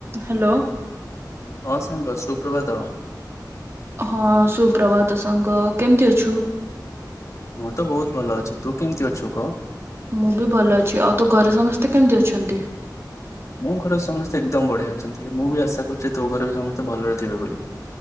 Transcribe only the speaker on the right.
Hello.
ହଁ ସୁପ୍ରଭାତ ସାଙ୍ଗ। କେମତି ଅଛୁ?
ମୁଁ ବି ଭଲ ଅଛି ଆଉ ତୋ ଘରେ ସମସ୍ତେ କେମତି ଅଛନ୍ତି?